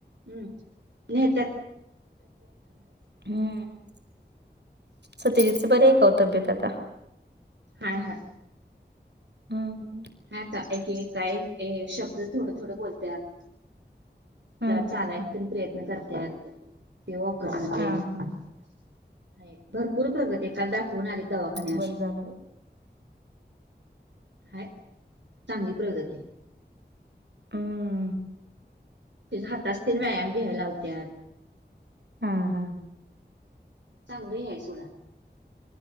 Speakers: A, on the right; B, on the right.
A: हम्म, नेेत्यात. <inaudible>
B: हम्म, सत्तेजीच बरे आहे का तब्येत आता?
A: हाय हा.
B: हं.
A: हाय, आता एक- एक काय शब्द थोडं- थोडं बोलत्यात.
B: हम्म
A: जरा चालायचा
B: हम्म हम्म
A: पण प्रयत्न करत्यात, ते वॉकरन तेन.
B: हा हा
A: होय, भरपूर प्रगती आहे, काल दाखवून आले दवाखान्यात.
B: बरं झालं बाई.
A: हाय, चांगली प्रगती हाय.
B: हम्म.
A: त्येच हाताच तेन व्यायाम घ्याय लावत्यात.
B: हं, हं.
A: चांगलं हे हाय सोडा.